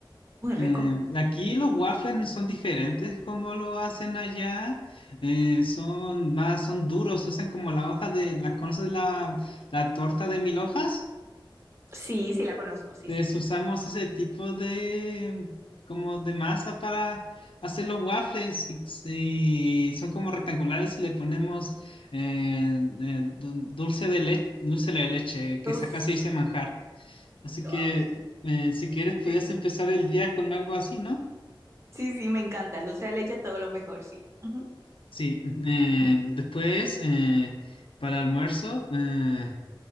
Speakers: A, on the right; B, on the left.
A: muy rico.
B: Eh, aquí los waffles son diferentes como lo hacen allá. eh, son más, son duros, se usan como la hoja de, las conoces la, la torta de mil hojas.
A: Sí, sí, la conozco, sí,
B: Entonces
A: sí, sí.
B: usamos ese tipo de, como de masa para hacer los waffles y, y son como rectangulares y le ponemos eh, eh, dul- dulce de leche, dulce de leche, que
A: Uf,
B: acá se dice manjar. Así
A: lo
B: que
A: amo.
B: eh, si quieres, podías
A: Sí,
B: empezar el día con algo así, ¿no?
A: sí, sí, me encanta. Dulce de leche, todo lo mejor, sí. Ujú.
B: Sí, eh, después eh, para almuerzo, eh,